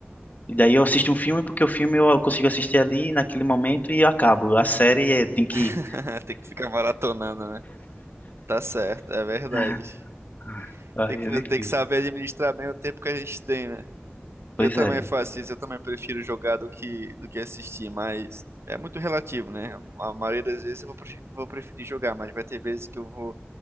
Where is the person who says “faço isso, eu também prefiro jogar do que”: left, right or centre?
Right